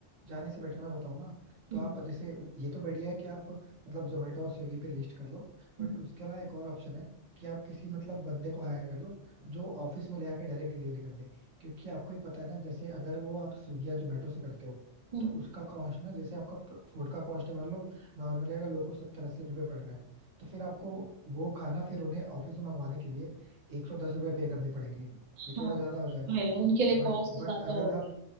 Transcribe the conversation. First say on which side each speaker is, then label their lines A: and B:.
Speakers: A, on the right (about 80°); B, on the right (about 40°).
A: जाने से बेटर मैं बताऊं ना तो
B: हम्म
A: आप जैसे ये तो बढ़िया है कि आप मतलब जोमेटो और स्विगी पे लिस्ट कर लो बट
B: हम्म
A: उसके अलावा एक और ऑप्शन है कि आप किसी मतलब बंदे को हायर कर लो जो ऑफिस में ले आके डायरेक्ट डिलीवरी कर दे क्योंकि आपको ही पता है ना जैसे अगर वो आप स्विगी या जोमेटो से करते हो
B: हम्म।
A: तो उसका कॉस्ट ना जैसे आपका फूड का कॉस्ट है मान लो नॉर्मली अगर लोगों को सत्तर अस्सी रुपये पड़ रहा है तो फिर आपको वो खाना फिर उन्हें ऑफिस में मंगवाने के लिए एक सौ दस रुपये पे करने पड़ेंगे
B: हाँ
A: ये थोड़ा ज्यादा हो जाएगा
B: तो है उनके लिए
A: बट
B: कॉस्ट ज़्यादा
A: बट अगर
B: होगी
A: आप